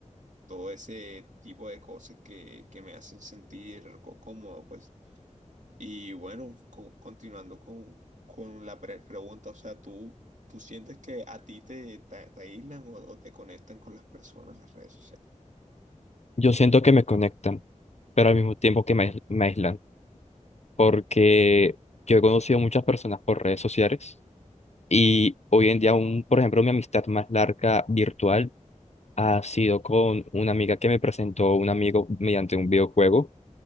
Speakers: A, on the right (about 70°); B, on the left (about 60°).
A: todo ese tipo de cosas que, que me hacen sentir co- cómodo, pues. Y bueno, co- continuando con, con la pre- pregunta, o sea, ¿tú, tú sientes que a ti te, te, te aíslan o, o te conectan con las personas, las redes sociales?
B: yo siento que me conectan, pero al mismo tiempo que me, ais- me aíslan, porque yo he conocido muchas personas por redes sociales y hoy en día, un, por ejemplo, mi amistad más larga virtual ha sido con una amiga que me presentó un amigo mediante un videojuego